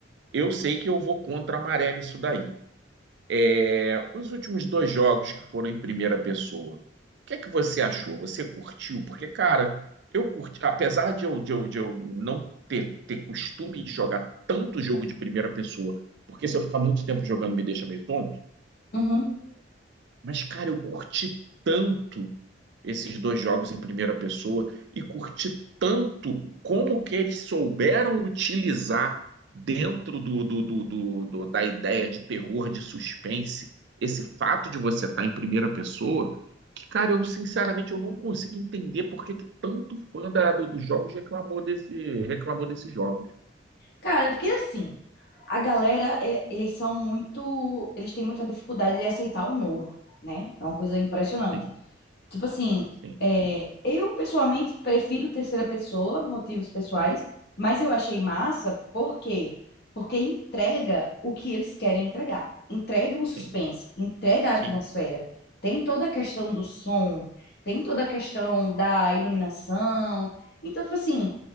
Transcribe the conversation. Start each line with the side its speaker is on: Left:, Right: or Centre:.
Right: Eu sei que eu vou contra a maré nisso daí. É, os últimos dois jogos que foram em primeira pessoa, o que é que você achou? Você curtiu? Porque, cara, eu curti, apesar de eu, de eu, de eu não ter, ter costume de jogar tanto jogo de primeira pessoa, porque se eu ficar muito tempo jogando me deixa meio tonto,
Left: Uhum.
Right: mas, cara, eu curti tanto esses dois jogos em primeira pessoa e curti tanto como que eles souberam utilizar dentro do, do- do- do- do- da ideia de terror, de suspense, esse fato de você estar em primeira pessoa, que, cara, eu sinceramente eu não consigo entender por que que tanto fã da- do- dos jogos reclamou desse, reclamou desses jogos.
Left: Cara, é porque assim, a galera, é- eles são muito, eles têm muita dificuldade de aceitar o novo, né? É uma coisa impressionante.
Right: Sim,
Left: Tipo assim,
Right: sim,
Left: é, eu pessoalmente prefiro terceira pessoa, motivos pessoais, mas eu achei massa, por quê? Porque entrega o que eles querem entregar. Entrega o suspense,
Right: sim,
Left: entrega a
Right: sim,
Left: atmosfera. Tem toda a questão do som, tem toda a questão da iluminação. Então, tipo assim,